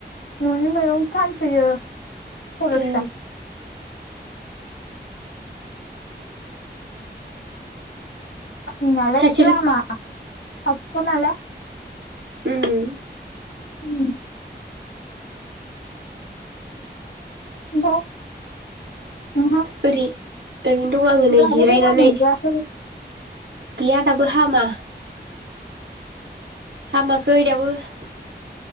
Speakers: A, on the left; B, on the right.
A: न'नि मैगं फानफैयो खर'सा
B: ए
A: <unintelligible>
B: सासे
A: लामा <unintelligible> खोनायाले
B: उम ।
A: उम । ओमफाय? नोंहा
B: ओरै ओरैनो दं आङो नै
A: लाबो
B: जिरायनानै
A: गगा मोनजायाखै
B: । गैया दाबो हामा । हामाखै दाबो ।